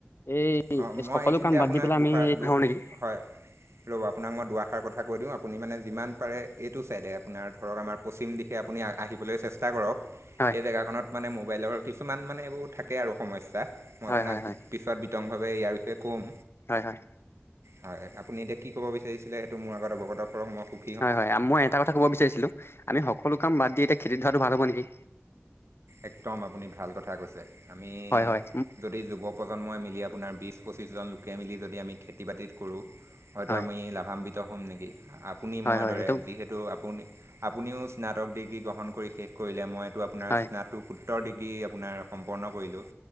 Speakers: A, on the left; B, on the right.
A: এই
B: অঁ মই
A: সকলো
B: এইখিনিতে
A: কাম বাদ
B: আপোনাক
A: দি পেলাই
B: দুষাৰ
A: আমি এই ধৰো নেকি।
B: হয় ৰ'ব আপোনাক মই দুআষাৰ কথা কৈ দিওঁ, আপুনি মানে যিমান পাৰে এইটো ছাইডে আপোনাৰ ধৰক আমাৰ পশ্চিম দিশে আপুনি আহি বলে চেষ্টা কৰক
A: হয়
B: এই জেগাকনত মানে মোবাইলৰ কিছুমান মানে এইবোৰ থাকে আৰু সমস্যা, মই
A: হয়
B: আপোনাক
A: হয় হয়
B: পিছত বিতংভাৱে ইয়াৰ বিষয়ে ক'ম।
A: হয়, হয়।
B: হয়, আপুনি এতিয়া কি ক'ব বিচাৰিছিলে, সেইটো মোৰ আগত অৱগত কৰক মই সুখ
A: হয়, হয়, মই এটা কথা ক'ব বিচাৰিছিলোঁ আমি সকলো কাম বাদ দি এতিয়া খেতি ধৰাটো ভাল হ'ব নেকি।
B: একদম আপুনি ভাল কথা কৈছে। আমি
A: হয় হয়
B: যদি যুৱ প্ৰজন্মই মিলি আপোনাৰ বিছ, পঁচিছজন লোকে মিলি যদি আমি খেতি বাতিত কৰোঁ। হয়তো
A: হয়
B: আমি লাভান্বিত হ'ম নেকি আপুনি
A: হয়
B: মই
A: হয়
B: দৰে
A: এইটো
B: যিহে তু আপুনি, আপুনিও স্নাতক ডিগ্ৰী গ্ৰহণ কৰি শেষ কৰিলে, মই এইটো আপোনাৰ
A: হয়
B: টো, সোত্তৰ ডিগ্ৰী আপোনাৰ সম্পন্ন কৰিলোঁ।